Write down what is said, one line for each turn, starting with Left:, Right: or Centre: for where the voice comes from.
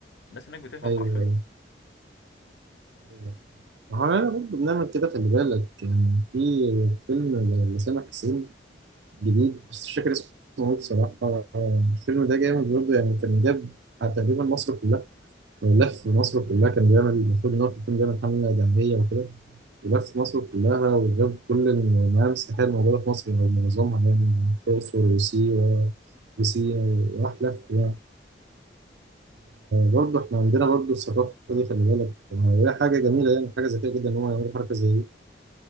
Left: الناس هناك بتفهم
Right: أيوه
Left: حرفيا
Right: أيوه ما هو أنا برضه بنعمل كده خلي بالك يعني في فيلم لسامح حسين جديد بس مش فاكر اسمه إيه بصراحة الفيلم ده جامد برضه يعني كان جاب تقريبا مصر كلها لف مصر كلها كان بيعمل المفروض إن هو في الفيلم بيعمل حملة دعمية وكده ولف مصر كلها وجاب كل المعالم السياحية الموجودة في مصر أو معظمها يعني الأقصر وسيوة وسينا وراح لف يعني برضه احنا عندنا برضه الثقافة دي خلي بالك يعني، وهي حاجة جميلة يعني حاجة ذكية جدا إن هم يعملوا حركة زي دي